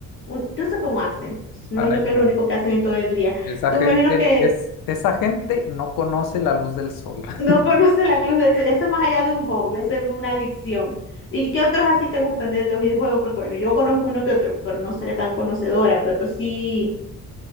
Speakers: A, on the left; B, on the left.
A: un- yo sé cómo hacen. Me
B: Ay,
A: imagino que es
B: no.
A: lo único que hacen en todo el día.
B: Esa
A: Tú
B: gente,
A: me imagino que
B: es, esa gente no conoce la luz del sol. <laughs>
A: no <laughs> conoces la luz de sol. Eso es más allá de un hobby, eso es una adicción. ¿Y qué otros así te gustan de los videojuegos? Porque bueno, yo conozco uno que otro, pero no seré tan conocedora, pero sí,